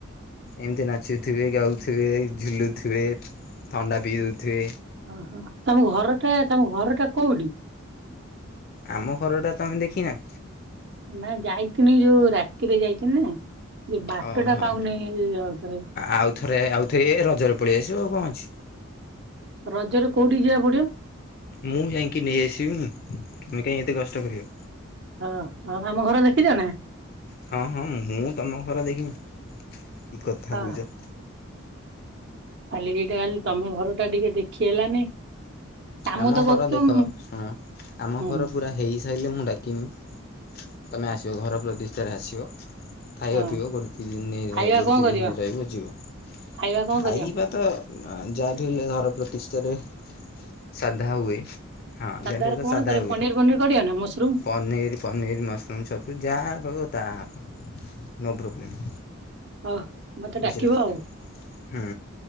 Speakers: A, on the left; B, on the right.
A: ଏମିତି ନାଚୁଥିବେ, ଗାଉଥିବେ, ଝୁଲୁଥିବେ, ଥଣ୍ଡା ପିଉଥିବେ।
B: ଓହୋ, ତୋମ ଘରଟା, ତୋମ ଘରଟା କୋଉଟି?
A: ଆମ ଘରଟା ତୋମେ ଦେଖି ନା?
B: ନା ଯାଇଥିନି ଯୋଉ ରାତିରେ ଯାଇଥିନି ନା ଯେ ବାଟ
A: ଓହୋ
B: ଟା ପାଉନି ଆଉଥରେ।
A: ଆଉ ଥରେ ଆଉଥରେ ଏ ରଜରେ ପଳେଇ ଆସିବ ଆଉ କଣ ଅଛି।
B: ରଜରେ କୋଉଠିକି ଯିବାକୁ ପଡିବ?
A: ମୁଁ ଯାଇକି ନେଇଆସିବି। ତୁମେ କାଇଁ ଏତେ କଷ୍ଟ କରିବ।
B: ହଁ ନନେ ଆମ ଘର ଦେଖିଚ ନା?
A: ହଁ, ହଁ ମୁଁ ତୋମ ଘର ଦେଖିନି କି କଥା
B: ହଁ
A: କହୁଚ।
B: ଖାଲି ଏଇଟା ଖାଲି ତୋମ ଘର ଟା ଟିକେ ଦେଖି ହେଲାନି। କାମ
A: ଆମ
B: ତ
A: ଘର
B: କରୁଛ
A: ଦେଖ
B: ହୁଁ
A: ଶୁଣ ଆମ
B: ହୁଁ,
A: ଘର ପୁରା ହେଇସାଇଲେ ମୁଁ ଡାକିମି। ତୋମେ ଆସିବ ଘର ପ୍ରଦିଷ୍ଠାରେ ଆସିବ। ଖାଇବ
B: ହଁ
A: ପିିଇବ ଗୋଟ ଦି ଦିନେ ଏ
B: ଖାଇବା
A: ଗୋଟେ
B: କଣ
A: ଦି
B: କରିବ
A: ଦିନି ରହିବ ଯିବ।
B: ଖାଇବା କଣ
A: ଖାଇବା
B: କରିବ?
A: ତ ଅଆଁ, ଯା ବି ହେଲେ ଘର ପ୍ରତିଷ୍ଠାରେ ସାଧା ହୁଏ। ହଁ
B: ସାଧାରେ
A: ଜାଣିଥିବ ତ
B: କଣ
A: ସାଧା
B: କରିବ
A: ହୁଏ।
B: ପନିର ଫନିର କରିବ ନା ମସରୁମ
A: ପନିର୍ ପନିର୍, ମସରୁମ୍, ଛତୁ ଯାହା କହିବ ତାହା ହେବ ନୋ ପ୍ରୋବ୍ଲେମ୍।
B: ଓହୋ! ମୋତେ
A: ବୁଝିଲେ।
B: ଡାକିବ ଆଉ,
A: ହୁଁ